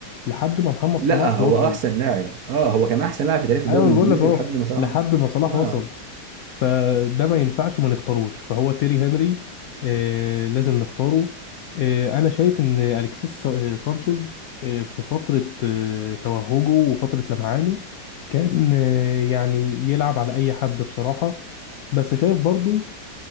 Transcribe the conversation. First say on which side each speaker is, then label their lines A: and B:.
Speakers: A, on the left (about 75°); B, on the right (about 55°).
A: لحد ما محمد
B: لا
A: صلاح
B: هو
A: وصل
B: احسن لاعب اه هو كان احسن لاعب في تاريخ الدوري
A: ايوه انا
B: الانجليزي
A: بقول لك اهو
B: لحد ما صراحه
A: لحد ما صلاح
B: اه
A: وصل فده ما ينفعش ما نختاروش فهو تيري هنري آه لازم نختاره آه انا شايف ان الكسيس سا- آه، سانشيز آه في فتره آه توهجه وفتره لمعانه كان آه يعني يلعب على اي حد بصراحه بس شايف برضو